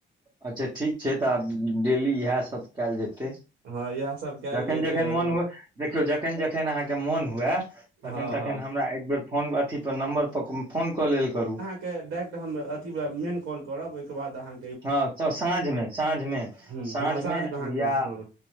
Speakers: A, on the right; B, on the right.
A: अच्छा ठीक छै तऽ आब डेली इएह सब कायल जेतै
B: हँ इएह सब कयल
A: जखन
B: जेतै
A: जखन
B: अभी
A: मोन हुए देखियौ जखन जखन अहाँ कऽ मोन हुए
B: हँ
A: तखन तखन
B: हँ
A: हमरा एक बेेर फोन अथी पर नम्बर पर फोन कऽ लेल करू
B: केँ डायरेक्ट हम अथि वला मेन काॅल करब ओय केँ बाद आहाँ
A: हँ साँझमे साँझमे
B: ह
A: साँझमे
B: हँ अहाँके
A: या
B: हँ